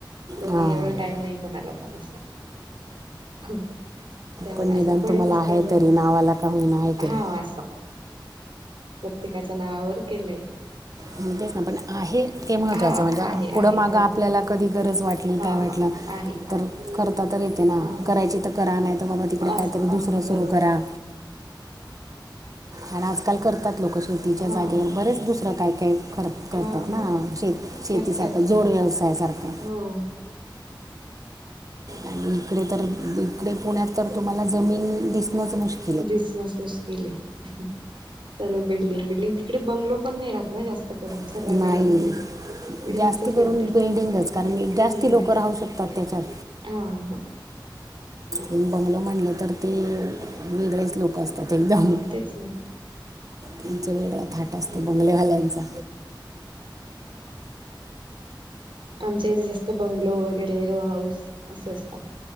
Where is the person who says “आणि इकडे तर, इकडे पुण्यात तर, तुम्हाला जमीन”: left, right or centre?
Right